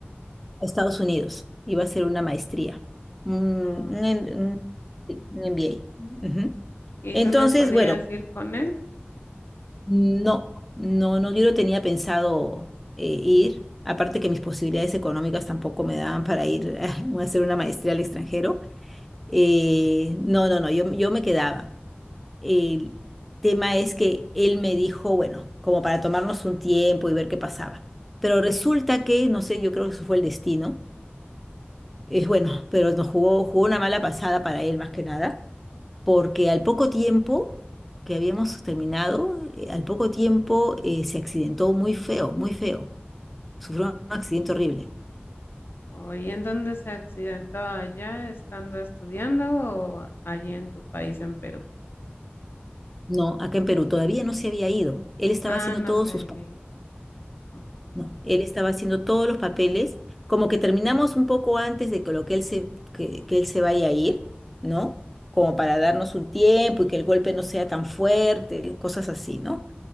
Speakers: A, in the centre; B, on the left.
A: a Estados Unidos, iba a hacer una maestría, un,
B: Oh,
A: un,
B: sí.
A: em- un- sí, un MBA. Ujú.
B: ¿Y
A: Entonces,
B: tú no podías
A: bueno,
B: ir con él?
A: No, no, no, yo no tenía pensado eh, ir. Aparte que mis posibilidades económicas tampoco me daban para ir <laughs> a hacer una maestría al extranjero. Eh, no, no, no, yo, yo me quedaba. El tema es que él me dijo, bueno, como para tomarnos un tiempo y ver qué pasaba. Pero resulta que, no sé, yo creo que eso fue el destino. Es bueno, pero nos jugó, jugó una mala pasada para él más que nada porque al poco tiempo que habíamos terminado, eh, al poco tiempo eh, se accidentó muy feo, muy feo. Sufrió un accidente horrible.
B: Oye, ¿en dónde se accidentó allá estando estudiando o allí en tu país, en Perú?
A: No, acá en Perú todavía no se había ido. Él estaba
B: Ah,
A: haciendo
B: no
A: todos
B: sé, ahí
A: sus papeles.
B: vi. O
A: No, él estaba haciendo todos los papeles, como que terminamos un poco antes de que lo que él se, que, que él se vaya a ir, ¿no? Como para darnos un tiempo y que el golpe no sea tan fuerte, cosas así, ¿no?